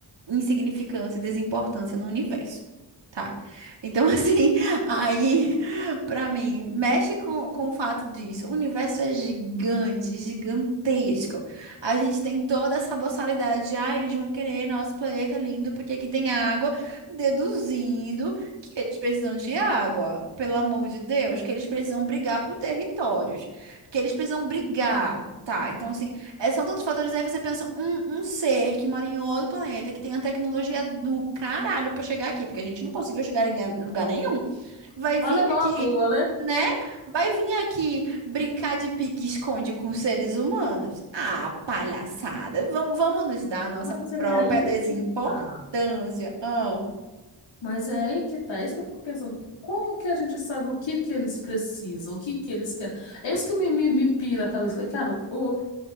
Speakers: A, on the right; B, on the left.
A: insignificância e desimportância no universo. Tá. Então, <laughs> assim, aí, pra mim, mexe com, com o fato disso. O universo é gigante, gigantesco. A gente tem toda essa boçalidade de, ah, eles vão querer nosso planeta lindo porque aqui tem água, deduzindo que eles precisam de água, pelo amor de Deus, que eles precisam brigar por territórios. Porque eles precisam brigar, tá? Então, assim, é- são tantos fatores. Aí você pensa, um, um ser que mora em outro planeta, que tem a tecnologia do caralho pra chegar aqui, porque a gente não conseguiu chegar em lugar nenhum, vai
B: Malemão
A: vir aqui,
B: a lua, né?
A: né? Vai vir aqui brincar de pique-esconde com seres humanos. Ah, palhaçada. Vamos, vamos nos dar a nossa
B: Mas é
A: própria
B: aí
A: desimportância.
B: que tá.
A: Ah.
B: Mas é aí que tá. É isso que eu fico pensando. Como que a gente sabe o que que eles precisam, o que que eles querem? É isso que me, me, me pira a cabeça. Falei, cara, o, o-